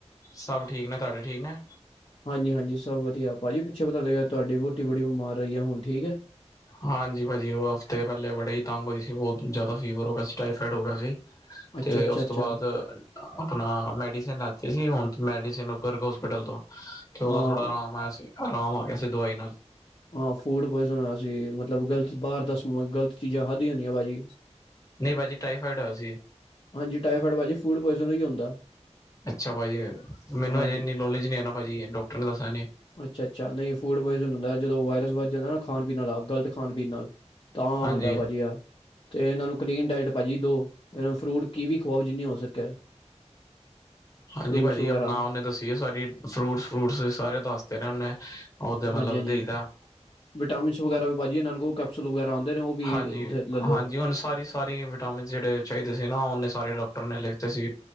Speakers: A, on the left (about 30°); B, on the left (about 45°).
A: ਸਭ ਠੀਕ ਨੇ। ਤੁਹਾਡੇ ਠੀਕ ਨੇ?
B: ਹਾਂਜੀ ਹਾਂਜੀ ਸਭ ਵਧੀਆ। ਭਾਜੀ ਪਿੱਛੇ ਪਤਾ ਲੱਗਿਆ ਤੁਹਾਡੀ ਵਹੁਟੀ ਬੜੀ ਬਿਮਾਰ ਰਹੀ ਆ। ਹੁਣ ਠੀਕ ਹੈ?
A: ਹਾਂਜੀ ਭਾਜੀ ਉਹ ਹਫ਼ਤੇ ਪਹਿਲੇ ਬੜੇ ਹੀ ਤੰਗ ਹੋਏ ਸੀ ਬਹੁਤ ਜ਼ਿਆਦਾ ਫੀਵਰ ਹੋ ਗਿਆ ਸੀ, ਟਾਈਫਾਇਡ ਹੋ ਗਿਆ ਸੀ।
B: ਅੱਛਾ
A: ਤੇ
B: ਅੱਛਾ
A: ਉਸ
B: ਅੱਛਾ
A: ਤੋਂ ਬਾਅਦ ਆਪਣਾ ਮੈਡੀਸਨ ਲੈਤੀ ਸੀ ਹੁਣ ਮੈਡੀਸਨ ਗਰਗ ਹੋਸਪਿਟਲ ਤੋਂ। ਤੇ ਉਹਦਾ
B: ਹਾਂ
A: ਥੋੜਾ ਆਰਾਮ ਆਇਆ ਸੀ, ਆਰਾਮ ਆ ਗਿਆ ਸੀ ਦਵਾਈ ਨਾਲ।
B: ਹਾਂ, ਫੂਡ ਪੋਇਜ਼ਨ ਹੋਇਆ ਸੀ। ਮਤਲਬ ਗਲਤ ਬਾਹਰ ਦਾ ਸਮਾ ਗ਼ਲਤ ਚੀਜ਼ਾਂ ਖਾਦੀਆਂ ਜਦੀਆਂ ਭਾਜੀ।
A: ਨਹੀਂ ਭਾਜੀ, ਟਾਈਫਾਈਡ ਹੋਇਆ ਸੀ।
B: ਹਾਂਜੀ ਟਾਈਫੋਇਡ ਭਾਜੀ, ਫੂਡ ਪੁਆਇਜ਼ਨ ਹੀ ਹੁੰਦਾ।
A: ਅੱਛਾ ਭਾਜੀ। ਮੈਨੂੰ
B: ਹਾਂਜੀ
A: ਅਜੇ ਇੰਨੀ ਨੋਲੇਜ ਨਹੀਂ ਨਾ ਭਾਜੀ, ਡਾਕਟਰ ਨੇ ਦਸਿਆ ਨੀ।
B: ਅੱਛਾ ਅੱਛਾ। ਨਹੀਂ ਫੂਡ ਪੋਇਜ਼ਨ ਹੁੰਦਾ, ਜਦੋਂ ਵਾਇਰਸ ਵੱਧ ਜਾਂਦਾ ਨਾ ਖਾਣ-ਪੀਣ ਆਲਾ, ਆ ਗਲਤ ਖਾਣ-ਪੀਣ ਨਾਲ ਤਾਂ
A: ਹਾਂਜੀ
B: ਹੁੰਦਾ ਭਾਜੀ ਆ। ਤੇ ਇਹਨਾਂ ਨੂੰ ਕਲੀਨ ਡਾਇਟ ਭਾਜੀ ਦੋ। ਇ ਫਰੂਟ ਕੀਵੀ ਖਵਾਓ ਜਿੰਨੀ ਹੋ ਸਕੇ।
A: ਹਾਂਜੀ
B: ਫਰੂਟਸ
A: ਭਾਜੀ।
B: ਵਗੈਰਾ
A: ਆਪਨਾ ਉਹਨੇ ਦੱਸੀਏ ਸਾਰੀ, ਫਰੂਟਸ -ਫਰੂਟਸ ਸਾਰੇ ਦੱਸਤੇ ਨੇ ਉਹਨੇ ਉਹਦੇ ਮਤਲਬ
B: ਹਾਂਜੀ ਹਾਂਜੀ।
A: ਦੇਈਦਾ
B: ਵਿਟਾਮਿਨਸ ਵਗੈਰਾ ਵੀ ਭਾਜੀ ਇਨ੍ਹਾਂ ਨੂੰ ਕੋ ਕਾਫ ਕੈਪਸੁਲ ਵਗੈਰਾ ਆਂਦੇ ਨੇ ਉਹ ਵੀ
A: ਹਾਂਜੀ
B: ਲੈ ਲੋ।
A: ਹਾਂਜੀ ਹੁਣ ਸਾਰੀ <unintelligible> ਸਾਰੀ ਵਿਟਾਮਿਨ ਜਿਹੜੇ ਚਾਹੀਦੇ ਸੀ ਨਾ, ਉਹਨੇ ਸਾਰੇ ਡਾਕਟਰ ਨੇ ਲਿਖਤੇ ਸੀ।